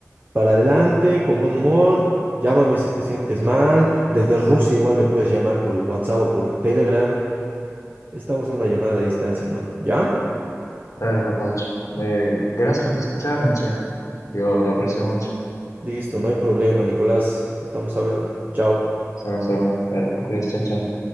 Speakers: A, on the right (about 35°); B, on the left (about 85°).
A: para adelante, con buen humor, llámame si te sientes mal. Desde Rusia igual me puedes llamar por el WhatsApp o por el Telegram. Estamos a una llamada de distancia, hermano. ¿Ya?
B: Dale, papacho. Eh, gracias por escucharme, che. Yo lo aprecio mucho.
A: Listo, no hay problema, Nicolás. Estamos hablando. Chao.
B: Estamos hablando. Dale, te cuidas, chao, chao.